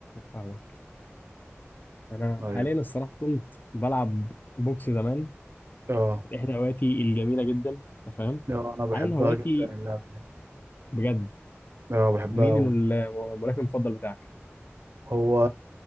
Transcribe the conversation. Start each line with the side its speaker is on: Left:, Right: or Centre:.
Left: فاهمك انا
Right: ايوه
Left: حاليا الصراحة كنت بلعب بوكس زمان
Right: اه
Left: كانت احدى هواياتي الجميلة جدا انت فاهم
Right: اه انا بحبها
Left: حاليا هواياتي
Right: جدا اللعبة دي
Left: بجد
Right: اه بحبها
Left: مين
Right: قوي
Left: ال- الملاكم المفضل بتاعك؟
Right: هو